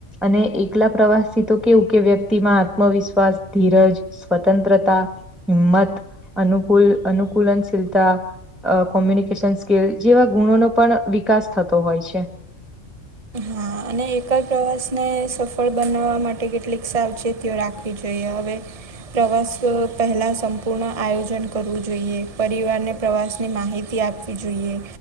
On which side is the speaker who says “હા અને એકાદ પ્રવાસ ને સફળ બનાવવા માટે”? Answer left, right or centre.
Right